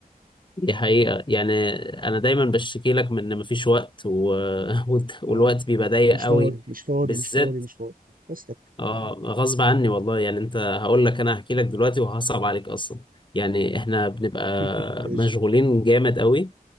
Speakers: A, on the left; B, on the right.
A: دي حقيقة يعني انا دايما بشتكي لك من ان مفيش وقت و... <laughs> والت- والوقت
B: اه
A: بيبقى ضيق
B: مش
A: قوي
B: فاضي مش فاضي
A: بالذات
B: مش فاضي مش فاضي قصتك
A: اه
B: اه
A: غصب عني والله يعني انت هقول لك انا هحكي لك دلوقتي وهصعب عليك اصلا يعني احنا بنبقى
B: <laughs> ماشي
A: مشغولين جامد قوي